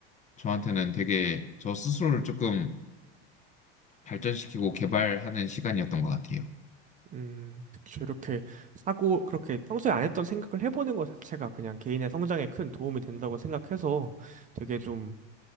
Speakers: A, on the left; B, on the right.
A: 저한테는 되게 저 스스로를 조금 발전시키고 개발하는 시간이었던 것 같아요.
B: 음, 그쵸. 이렇게 사고, 그렇게 평소에 안 했던 생각을 해보는 것 자체가 그냥 개인의 성장에 큰 도움이 된다고 생각해서 되게 좀